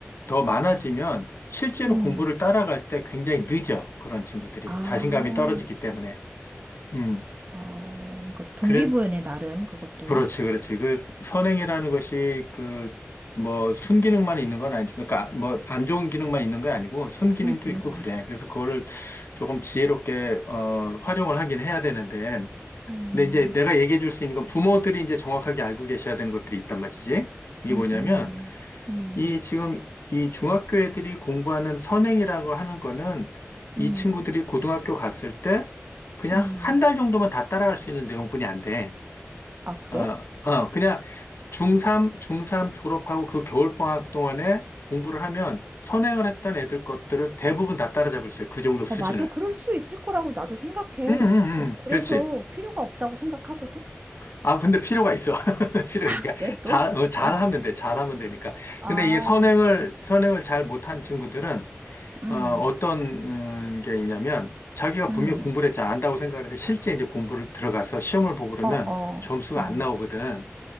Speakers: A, on the left; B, on the right.
A: 더 많아지면 실제로
B: 음,
A: 공부를 따라갈 때 굉장히 늦어. 그런 친구들이
B: 아,
A: 자신감이 떨어지기 때문에. 음.
B: 어, 그러니까 동기부여네,
A: 그랬
B: 나름, 그것도.
A: 그렇지, 그렇지. 그 선행이라는 것이 그 뭐 순기능만 있는 건 아니, 그러니까 뭐 안 좋은 기능만 있는 게 아니고 순기능도
B: 응, 음,
A: 있고 그래. 그래서 그거를 조금 지혜롭게 어, 활용을 하긴 해야 되는데,
B: 음,
A: 근데 이제 내가 얘기해 줄 수 있는 건 부모들이 이제 정확하게 알고 계셔야 되는 것들이 있단 말이지. 그게
B: 음,
A: 뭐냐면
B: 음, 음,
A: 이 지금 이 중학교 애들이 공부하는 선행이라고 하는 거는 이
B: 음,
A: 친구들이 고등학교 갔을 때 그냥
B: 음.
A: 한 달 정도만 다 따라갈 수 있는 내용뿐이 안 돼.
B: 아, 그래?
A: 어, 어, 그냥 중3, 중3 졸업하고 그 겨울방학 동안에 공부를 하면 선행을 했던 애들 것들을 대부분 다 따라잡을 수 있어요. 그 정도 수준을.
B: 어, 맞아. 그럴 수 있을 거라고 나도 생각해.
A: 음, 음,
B: 어,
A: 음.
B: 그래서
A: 그렇지.
B: 필요가 없다고 생각하거든?
A: 아, 근데 필요가 있어. <laughs> 필요가
B: 아,
A: 있으니까.
B: 그래, 또?
A: 잘,
B: <laughs>
A: 어, 잘하면
B: 어,
A: 돼. 잘하면 되니까.
B: 아,
A: 근데 이 선행을, 선행을 잘 못한 친구들은,
B: 음,
A: 어, 어떤, 음, 게 있냐면, 자기가
B: 음.
A: 분명히 공부를 했지 안다고 생각하는데, 실제 이제 공부를 들어가서 시험을 보고 그러면
B: 어, 어,
A: 점수가
B: 어,
A: 안 나오거든.